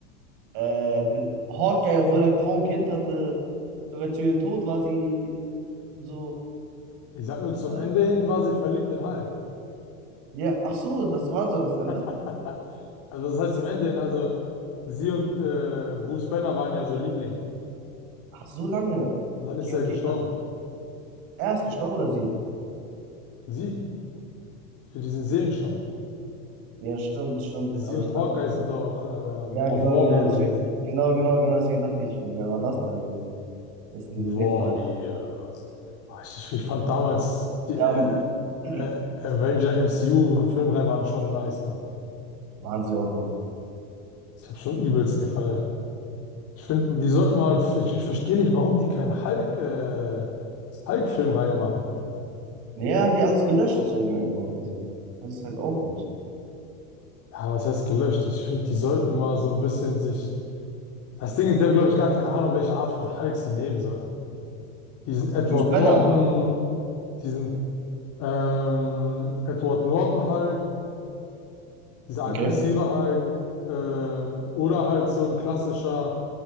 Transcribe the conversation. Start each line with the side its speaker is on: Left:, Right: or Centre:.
Right: äh, Bl- Hawkeye, obwohl er kaum Kind hatte. Sogar zu ihrem Tod war sie so.
Left: ich sag nur zum
Right: Äh,
Left: Ende hin war sie verliebt in Hulk.
Right: ja, ach so, das war so das
Left: <laughs>
Right: Ende.
Left: Also das heißt zum Ende hin, also sie und äh, Bruce Banner waren ja so Liebling.
Right: Ach, so lange.
Left: Und dann
Right: Okay,
Left: ist er
Right: okay,
Left: gestorben.
Right: ich dachte, er ist gestorben oder sie?
Left: Sie, für diesen Seelenstein.
Right: Ja, stimmt, stimmt.
Left: Sie
Right: Aber
Left: und
Right: ich dachte,
Left: Hawkeye
Right: ah,
Left: sind doch ähm,
Right: ja,
Left: auf
Right: genau,
Left: Vormir
Right: genau, deswegen,
Left: gewesen.
Right: genau, genau, genau, deswegen dachte ich, wer war das denn? Also, das ist eine
Left: Vormir.
Right: Idee von einem.
Left: Oh, Ich, ich, ich fand damals, die
Right: Ja,
Left: äh,
Right: m-
Left: äh,
Right: <clears throat>
Left: Avenger MCU-Filmreihen waren schon nice, Mann.
Right: waren sie auch, Mann.
Left: Ich habe schon übelst gefeiert. Ich finde, die sollten mal, ich, ich verstehe nicht, warum die keine Hulk, äh, Hulk-Filmreihe machen.
Right: Ja, haben die alles gelöscht aus irgendeinem Grund. Also, das ist halt auch nicht.
Left: Ja, was heißt gelöscht? Ich finde, die sollten mal so ein bisschen sich. Das Ding ist, die haben, glaube ich, gar keine Ahnung, welche Art von Hulk sie nehmen sollten. Diesen Edward
Right: Du Spinner,
Left: Norton, diesen ähm, Edward Norton Hulk, dieser aggressive
Right: Okay.
Left: Hulk, ähm, oder halt so ein klassischer,